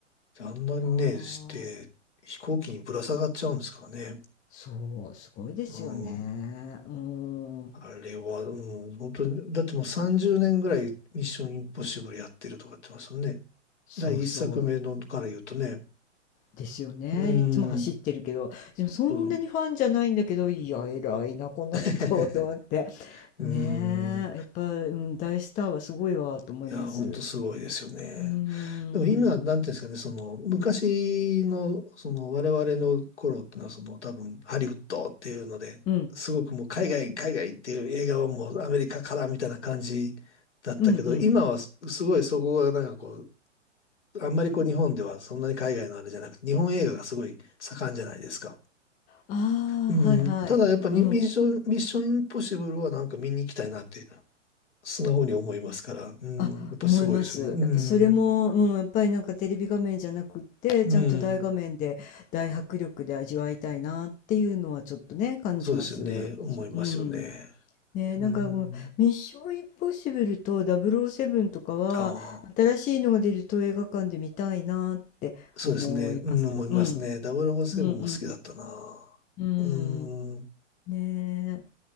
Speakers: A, on the left; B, on the left.
A: あんなにね、
B: いやー、
A: して、飛行機にぶら下がっちゃうんですからね。
B: そう、すごいですよね。
A: うん。
B: うーん。
A: あれは、うん、本当に、だってもう30年ぐらいミッションインポッシブルやってるとか言ってますよね。
B: そうそう。
A: 第一作目のから言うとね。
B: ですよね。
A: うん。
B: いつも走ってるけど、でもそんなにファンじゃないんだけど、
A: うん。
B: いや、偉いな、この人と思って。
A: <laughs> うん
B: ねえ、やっぱ、うん、大スターはすごいわと思います。
A: いや、ほんとすごいですよね。
B: うーん。
A: でも今、なんていうんですかね、その、昔の、その、我々の頃っていうのは、その、多分、ハリウッドっていうので、
B: うん。
A: すごくもう、海外、海外っていう映画はもう、アメリカからみたいな感じだったけど、
B: うんうん。
A: 今はす、すごいそこが、なんかこう、あんまりこう、日本ではそんなに海外のあれじゃなくて、日本映画がすごい盛んじゃないですか。
B: ああ、
A: うん、
B: はいはい。
A: ただ、やっぱに、
B: うん。
A: ミッション、ミッションインポッシブルはなんか見に行きたいなって、素直に思いますから、うん、
B: あ、
A: やっぱすごいですよね。
B: 思います。
A: う
B: やっぱそれも、
A: ん。
B: うん、やっぱりなんかテレビ画面じゃなくって、
A: うん。
B: ちゃんと大画面で大迫力で味わいたいなっていうのはちょっとね、感じます。
A: そうですよね。
B: 私もうん。
A: 思いますよね。
B: ね、なんかもうミッションインポッシブルと007とかは、
A: うん。ああ、
B: 新しいのが出ると映画館で見たいなって思います。
A: そうですね。うん、思いますね。
B: うん。
A: ダブルフォーセブンも好きだったな。
B: うんうんうん。
A: う
B: うん。
A: ん。
B: ね